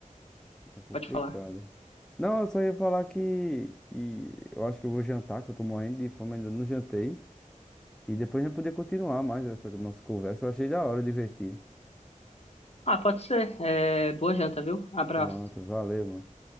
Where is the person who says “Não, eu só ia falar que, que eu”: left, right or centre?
Centre